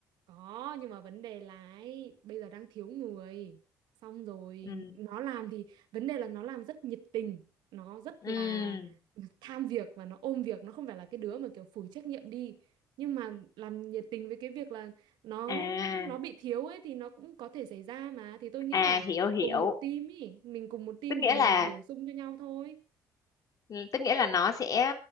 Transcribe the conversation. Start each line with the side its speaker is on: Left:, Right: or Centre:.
Right: Có, nhưng mà vấn đề là ấy, bây giờ đang thiếu người. Xong rồi
Left: Ừ.
Right: nó làm thì vấn đề là nó làm rất nhiệt tình, nó rất
Left: Ừ.
Right: là tham việc và nó ôm việc, nó không phải là cái đứa mà kiểu phủi trách nhiệm đi. Nhưng mà làm nhiệt tình với cái việc là nó
Left: À,
Right: nó bị thiếu ấy thì nó cũng có thể xảy ra mà. Thì tôi nghĩ
Left: à
Right: là
Left: hiểu hiểu.
Right: cùng một team ý, mình cùng một team
Left: Tức nghĩa
Right: thì mình
Left: là
Right: bổ sung cho nhau thôi.
Left: ừ, tức nghĩa là nó sẽ